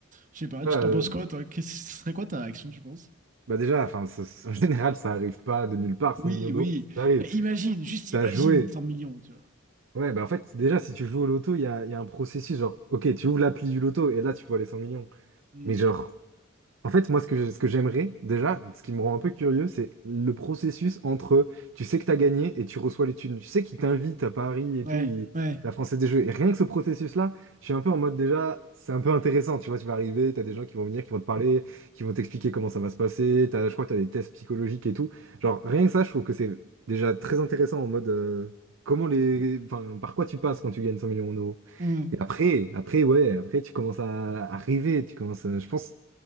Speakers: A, on the right (about 40°); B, on the right (about 65°).
A: Je sais pas,
B: Euh,
A: tu t'en penses quoi, toi? Qu'est-ce ce serait quoi ta réaction, tu penses?
B: bah déjà, enfin, ça- ça- en général, ça arrive pas de nulle part,
A: Oui,
B: 100 millions d'euros,
A: oui.
B: ça arrive.
A: Mais imagine, juste imagine
B: T'as joué.
A: cent millions, tu vois.
B: Ouais, bah en fait, déjà, si tu joues au loto, il y a, il y a un processus, genre, ok, tu ouvres l'appli du loto et là, tu vois les 100 millions.
A: Hmm.
B: Mais genre, En fait, moi, ce que j'ai- ce que j'aimerais déjà, ce qui me rend un peu curieux, c'est le processus entre tu sais que t'as gagné et tu reçois les thunes. Tu sais qu'ils t'invitent à Paris et
A: Ouais,
B: tout, ils-
A: ouais.
B: la Française des Jeux. Et rien que ce processus-là, je suis un peu en mode déjà, c'est un peu intéressant. Tu vois, tu vas arriver, t'as des gens qui vont venir, qui vont te parler, qui vont t'expliquer comment ça va se passer. T'as, je crois que t'as des tests psychologiques et tout. Genre, rien que ça, je trouve que c'est déjà très intéressant en mode euh, comment les, enfin, par quoi tu passes quand tu gagnes 100 millions d'euros.
A: Hmm.
B: Et après, après, ouais, après, tu commences à arriver, tu commences à, je pense.